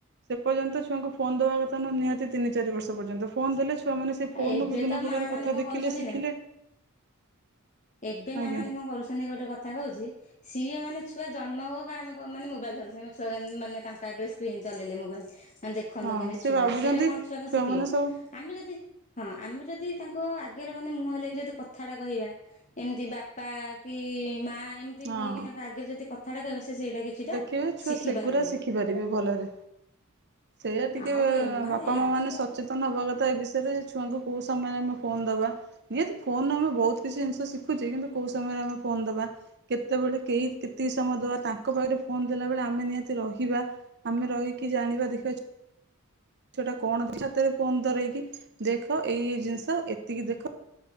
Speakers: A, on the right (about 50°); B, on the left (about 35°).
A: ସେ ପର୍ଯ୍ୟନ୍ତ ଛୁଆଙ୍କୁ ଫୋନ୍ ଦେବା କଥା ନୁହେଁ, ନିହାତି ତିନି ଚାରି ବର୍ଷ ପର୍ଯ୍ୟନ୍ତ ଫୋନ୍ ଦେଲେ ଛୁଆ ମାନେ ସେ
B: ଆଉ
A: ଫୋନ୍
B: ଏବେ
A: ରୁୁ ବିଭିନ୍ନ
B: ତ
A: ପ୍ରକାର
B: ମା ମାନେ
A: କଥା
B: କଣ
A: ଦେଖିଲେ
B: କରୁଛନ୍ତି
A: ଶିଖିଲେ।
B: ନା ଏବେ ମା
A: ଆଜ୍ଞା
B: ମାନେ କଣ କରୁଛନ୍ତି, ଗୋଟେ କଥା କହୁଛି। ସିଏ ମାନେ ଛୁଆ ଜନ୍ମ ହଉ ହଉକା ଆମ ମାନେ କ ମୋବାଇଲ ଧରୁଛନ୍ତି, ଆମ ଛୁଆ ମାନେ ତାଙ୍କ ଆଗରେ ସ୍କ୍ରିନ୍ ଚଲେଇଲେ ମୋବାଇଲ। ମାନେ ଦେଖନ୍ତୁ,
A: ହଁ
B: କେମିତି
A: ସେ
B: ଛୁଆ
A: ଭାବୁଛନ୍ତି
B: ସେଇରା କଣ ଛୁଆଙ୍କ
A: ଛୁଆମାନେ
B: ଶିଖିବ,
A: ସବୁ
B: ଆମେ ଯଦି ହଁ ଆମେ ଯଦି ତାଙ୍କ ଆଗରେ ମାନେ -ମୁହଁ ହଲେକି ଯଦି କଥାଟା କହିବା। ଏମିତି ବାପା କି ମା ଏମିତି
A: ହଁ
B: କହିକି, ତାଙ୍କ ଆଗରେ ଯଦି କଥାଟା କହିବା ସେ ସେଇଟା କିଛିଟା
A: ଦେଖିବେ ଛୁଆ
B: ଶିଖି
A: ସେଗୁରା
B: ପାରନ୍ତେ
A: ଶିଖି ପାରିବେ ଭଲରେ। ସେଇଆ ଟିକେ
B: ଆଉ
A: ଅ
B: ଏମାନେ
A: ବାପା ମା
B: ଆଜିକାଲି
A: ମାନେ ସଚେତନ ହବା କଥା ଏ ବିଷ ରେ ଛୁଆଙ୍କୁ କୋଉ ସମୟରେ ଆମେ ଫୋନ ଦବା। ନିହାତି ଫୋନ ଆମେ ବହୁତ କିଛି ଜିନିଷ ଶିଖୁଛେ, କିନ୍ତୁ କୋଉ ସମୟରେ ରେ ଫୋନ୍ ଦବା, କେତେବେଳେ କେଇ କେତିକି ସମୟ ଦବା ତା ତାଙ୍କ ପାଖରେ ଫୋନ ଦେଲା ବେଳେ ଆମେ ନିହାତି ରହିବା। ଆମେ ରହିକି ଜାଣିବା ଦେଖିବା ସେଟା କଣ ହାତରେ ଫୋନ୍ ଧରେଇକି ଦେଖ! ଏଇ ଏ ଜିନିଷ ଏତିକି ଦେଖ।